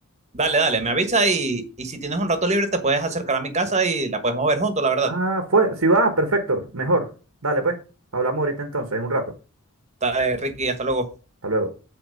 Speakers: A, on the right; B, on the right.
A: Dale, dale, me avisa y, y si tienes un rato libre te puedes acercar a mi casa y la podemos ver juntos, la verdad.
B: Ah, fue. Si va, perfecto. Mejor. Dale, pues. Hablamos ahorita entonces, en un rato.
A: Dale, Ricky, hasta luego.
B: Hasta luego.